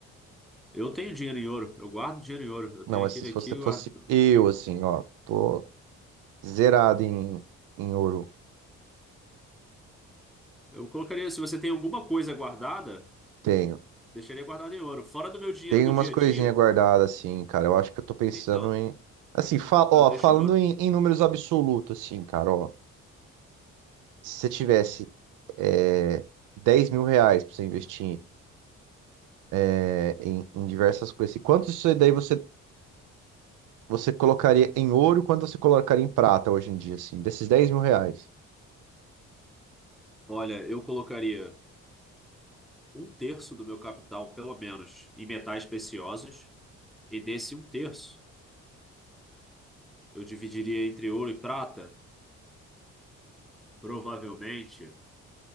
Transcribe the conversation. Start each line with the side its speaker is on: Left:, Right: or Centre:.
Centre: Eu tenho dinheiro em ouro, eu guardo dinheiro em ouro. Eu
Right: Não,
Centre: tenho
Right: mas
Centre: aquele
Right: se você
Centre: aqui, eu
Right: fosse
Centre: guardo-
Right: eu, assim, ó, tô zerado em, em ouro.
Centre: eu colocaria, se você tem alguma coisa guardada,
Right: Tenho.
Centre: deixaria guardado em ouro. Fora do meu dinheiro
Right: Tem
Centre: do
Right: umas
Centre: dia
Right: coisinhas
Centre: a dia,
Right: guardadas, assim, cara. Eu acho que eu tô pensando
Centre: então,
Right: em. Assim, fa- ó,
Centre: eu deixo
Right: falando
Centre: em ouro.
Right: em, em números absolutos, assim, cara, ó. Se você tivesse é, 10 mil reais pra você investir é, em, em diversas coisas, assim, quanto isso daí você, você colocaria em ouro, quanto você colocaria em prata hoje em dia, assim, desses 10 mil reais?
Centre: Olha, eu colocaria um terço do meu capital, pelo menos, em metais preciosos, e desse um terço eu dividiria entre ouro e prata, provavelmente.